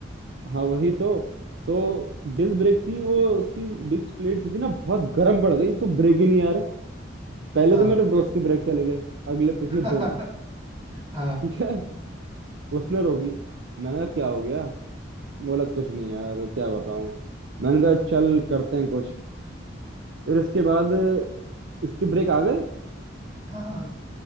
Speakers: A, on the right (about 60°); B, on the right (about 30°).
A: हाँ वही तो तो डिस्क ब्रेक थी वो उसकी डिस्क प्लेट जो थी ना बहुत गर्म पड़ गई तो ब्रेक ही नहीं आ रहे पहले
B: हाँ
A: तो मेरे दोस्त के ब्रेक चले गए अगले पिछले
B: <laughs>
A: दोनों
B: हाँ
A: ठीक है उसने रोकी मैंने कहा क्या हो गया बोला कुछ नहीं यार क्या बताऊं मैंने कहा चल करते हैं कुछ फिर उसके बाद उसके ब्रेक आ गए
B: हाँ